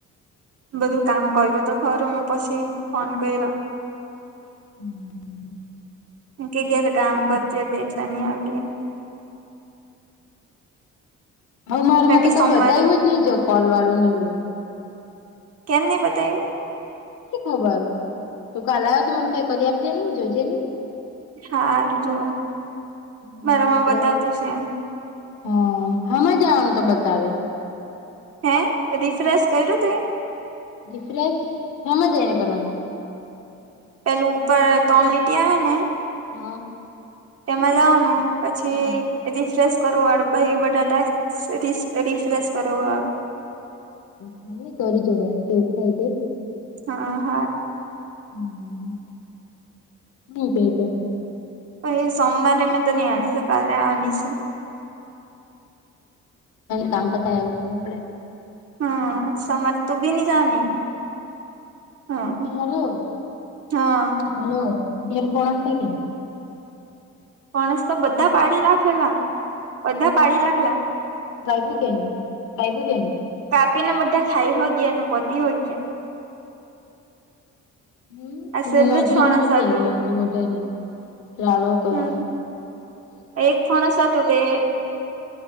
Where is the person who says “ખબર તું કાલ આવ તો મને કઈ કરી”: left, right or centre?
Left